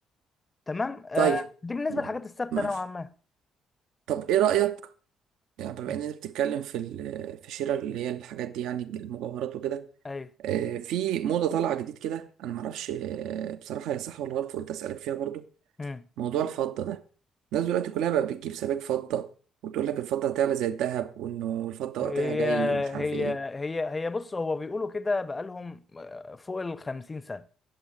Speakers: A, on the left (about 25°); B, on the right (about 60°).
A: تمام آه
B: طيب
A: دي بالنسبه
B: م-
A: للحاجات الثابته
B: ماشي
A: نوعا ما
B: طب ايه رأيك يعني بما
A: مم.
B: اننا بتتكلم في ال- في شراء اللي هي الحاجات دي يعني المجوهرات وكده
A: ايوه
B: آه، في موضة طالعة جديد كده انا معرفش آه، بصراحة هي صح ولا غلط فقلت اسألك فيها برضو
A: مم.
B: موضوع الفضة ده الناس دلوقتي كلها بقى بتجيب سبائك فضة وتقول لك الفضة هتعلى زي الذهب وانه الفضة
A: هي
B: وقتها جاي ومش
A: هي
B: عارف ايه
A: هي هي بص هو بيقولوا كده بقالهم آه، فوق ال 50 سنه